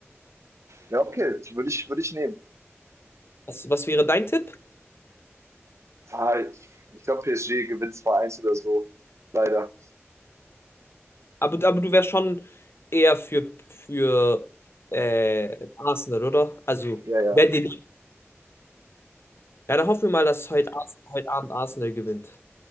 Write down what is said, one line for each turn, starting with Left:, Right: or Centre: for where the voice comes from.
Right: Ja, okay. Würde ich, würde ich nehmen.
Left: Was, was wäre dein Tipp?
Right: Ah, ich glaube, PSG gewinnt 2-1 oder so. Leider.
Left: Aber, aber du wärst schon eher für, für äh, Arsenal, oder? Also,
Right: Ja, ja.
Left: wer dir lieb. Ja, dann hoffen wir mal, dass heute, Ars- heute Abend Arsenal gewinnt.